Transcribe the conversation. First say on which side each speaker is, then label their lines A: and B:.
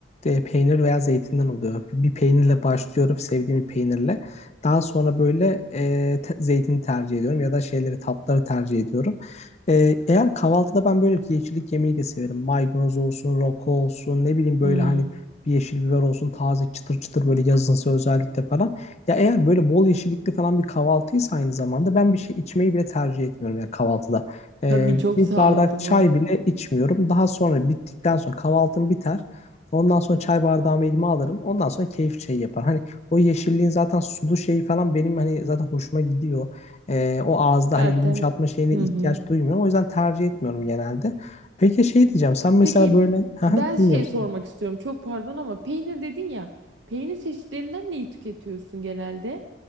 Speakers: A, on the left; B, on the right.
A: e, peynir veya zeytinden oluyor. Bir peynirle başlıyorum, sevdiğim bir peynirle. Daha sonra böyle e, te- zeytini tercih ediyorum ya da şeyleri tatları tercih ediyorum. E, eğer kahvaltıda ben böyle bir yeşillik yemeği de severim. Maydanoz olsun, roko olsun, ne bileyim böyle
B: Hmm.
A: hani bir yeşil biber olsun, taze çıtır çıtır böyle yazınsa özellikle falan. Ya eğer böyle bol yeşillikli falan bir kahvaltıysa aynı zamanda ben bir şey içmeyi bile tercih etmiyorum ya kahvaltıda. Ee,
B: Tabii çok
A: bir
B: sağlıklı
A: bardak çay
B: bu arada.
A: bile içmiyorum. Daha sonra bittikten sonra kahvaltım biter. Ondan sonra çay bardağımı elime alırım. Ondan sonra keyif çayı yapar. Hani o yeşilliğin zaten sulu şeyi falan benim hani zaten hoşuma gidiyor. Ee, o ağızda
B: Zaten
A: hani yumuşatma şeyine
B: hı
A: ihtiyaç
B: hı.
A: duymuyorum. O yüzden tercih etmiyorum genelde. Peki şey diyeceğim. Sen mesela
B: Peki
A: böyle... <laughs> Haha,
B: ben
A: Dinliyorum
B: şey sormak
A: seni.
B: istiyorum. Çok pardon ama peynir dedin ya. Peynir çeşitlerinden neyi tüketiyorsun genelde?